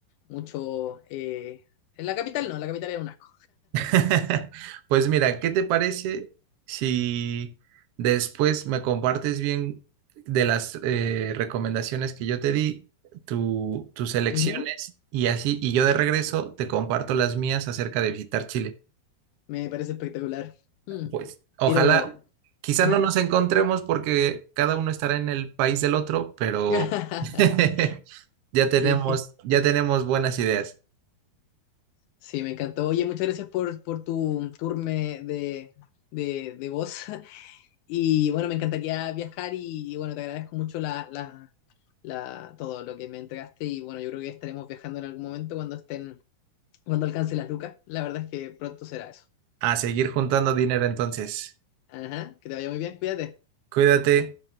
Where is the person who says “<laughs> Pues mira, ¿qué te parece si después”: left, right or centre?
Right